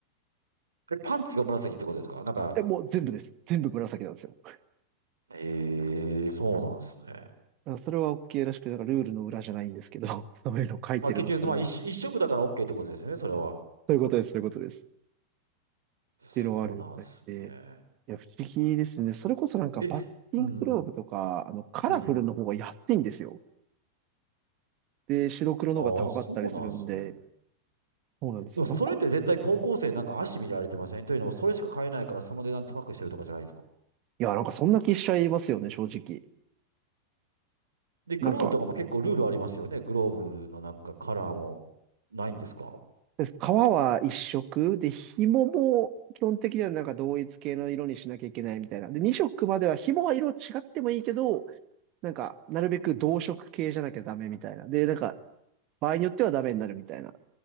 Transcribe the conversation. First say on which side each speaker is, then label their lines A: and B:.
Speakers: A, on the right (about 75°); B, on the right (about 40°).
A: え、パンツが紫ってことですかなんか、
B: え、もう全部です。全部紫なんですよ。
A: ええそうなんですね。
B: だからそれは OK らしくて、なんかルールの裏じゃないんですけど、<laughs> そういうの書いてるのかな。
A: まあ結局、まあ一色、
B: そ
A: 一色だから OK ってことですね、それは。
B: ういうことです、そういうことです。っ
A: そうなんですね。
B: ていうのはあるみたいで。いや、不思議ですね。それこそなんかバッティンググローブとか、
A: え、うん、
B: あの、カラフルの方が安いんですよ。
A: うん。
B: で、白黒の方が高かったりするんで、
A: ああ、そうなんですね。
B: そうなんです。
A: でもそれって絶対高校生なんか足見られてませんというのも、
B: なんか、
A: それしか買えないからその値段高くしてるとかじゃないですか。
B: いや、なんかそんな気しちゃいますよね、正直。
A: で、グローブとかも結構ルールありますよね。
B: なんか、
A: グローブのなんかカラーもないんですか
B: 革は一色で、紐も基本的にはなんか同一系の色にしなきゃいけないみたいな。で、二色までは紐は色違ってもいいけど、なんか、なるべく同色系じゃなきゃダメみたいな。で、なんか、場合によってはダメになるみたいな